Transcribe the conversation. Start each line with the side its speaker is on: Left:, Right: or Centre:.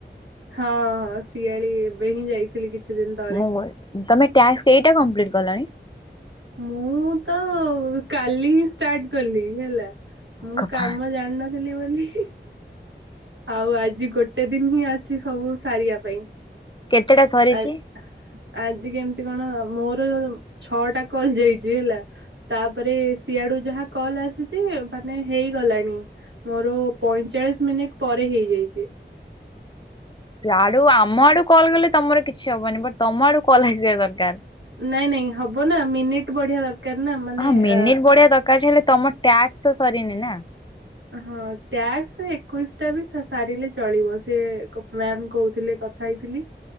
Right: ହଁ ଶିଆଳି ଏବେ ହିଁ ଯାଇଥିଲି କିଛି ଦିନି ତଳେ।
Left: ମୁଁ ତମେ ଟାସ୍କେ କେଇଟା କମ୍ପ୍ଲିଟ୍ କଲଣି?
Right: ମୁଁ ତ କାଲି ହିଁ ଷ୍ଟାର୍ଟ କଲି ହେଲା। ମୁଁ
Left: ଭଗବାନ
Right: କାମ ଜାଣିନଥିଲି ବୋଲି ଆଉ ଆଜି ଗୋଟେ ଦିନି ହିଁ ଅଛି ସବୁ ସାରିବା ପାଇଁ।
Left: କେତେଟା ସରିଛି?
Right: ଆ ଆଜି କେମିତି କଣ ମୋର ଛଅଟା କଲ୍ ଯାଇଚି ହେଲା। ତାପରେ ସିଆଡୁ ଯାହା କଲ ଆସିଚି ମାନେ ହେଇଗଲାଣି। ମୋର ପଇଁଚାଁଳିଶି ମିନିଟ୍ ପରେ ହେଇଯାଇଛି।
Left: ସେ ଆଡୁ ଆମ ଆଡୁ କଲ୍ ଗଲେ ତମର କିଛି ହବନି ବଟ ତମ ଆଡୁ କଲ୍ ଆସିବା ଦର୍ କାର।
Right: ନାଇଁ ନାଇଁ ହବ ନା ମିନିଟ୍ ବଢିଆ ଦରକାର ନା ମାନେ
Left: ହଁ ମିନିଟ
Right: ଆ
Left: ଦରକାର ଯେ ହେଲେ ତମ ଟ୍ୟାକ୍ସ ତ ସରିନି ନା।
Right: ହଁ ଟ୍ୟାକ୍ସେ ଏକୋଇଶି ଟା ବି ସାରିଲେ ଚଳିବ ସେ କୋ ମ୍ୟାମ୍ କୋହୁଥିଲେ ତ। କଥା ହେଇଥିଲି